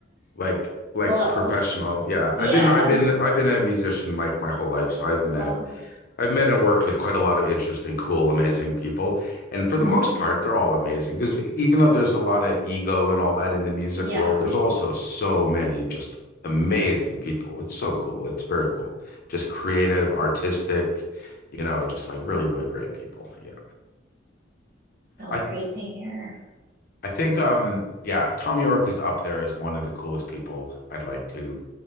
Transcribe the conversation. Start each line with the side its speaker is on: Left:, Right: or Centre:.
Left: Like like
Right: Close.
Left: professional, yeah.
Right: Yeah.
Left: I've been I've been I've been a musician like my whole life, so I've met
Right: Um
Left: I've met and worked with quite a lot of interesting, cool, amazing people. And for
Right: mhm.
Left: the most part, they're all amazing. Because even though there's a lot of ego and all that in the music
Right: Yeah.
Left: world, there's also so many just amazing people. It's so cool. It's very cool. Just creative, artistic, you know, just like really, really great people. Yeah.
Right: So
Left: I
Right: great to hear.
Left: I think um yeah, Tom York is up there as one of the coolest people I'd like to